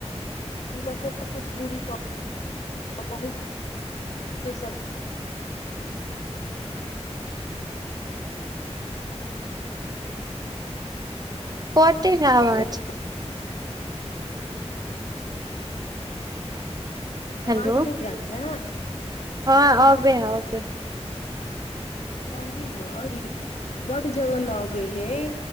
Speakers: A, on the left; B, on the right.
A: मतलब सब कुछ दूरी पर बहुत सब-
B: कत- -है आवाज
A: है।
B: हेलो
A: आवाज नहि जाइ है
B: हँ आबै है अबे
A: कहली हँ कि बड्ड जगह लागै हइ